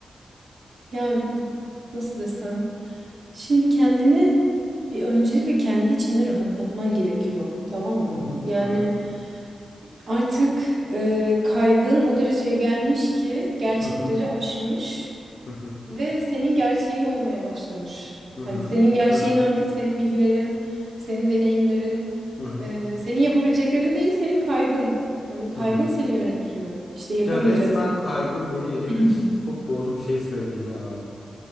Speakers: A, on the right; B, on the left.
A: Ya nasıl desem? Şimdi kendini bir öncelikle kendi içinde rahatlatman gerekiyor, tamam mı?
B: Hı hı
A: Yani
B: hı hı
A: artık e, kaygın o dereceye gelmiş ki gerçekleri
B: hı hı
A: aşmış.
B: hı
A: Ve senin gerçeğin olmaya başlamış.
B: hı
A: Hani
B: hı
A: senin gerçeğin
B: hı hı hı
A: artık senin bilgilerin, senin deneyimlerin,
B: hı hı,
A: e, senin yapabileceklerin değil, senin kaygın. Hani kaygın
B: hı hı.
A: seni yönetiyor. İşte yapamayacaksın.
B: Ya resmen kaygım beni ele
A: <clears throat>
B: geçirdi. Çok doğru bir şey söyledin ya.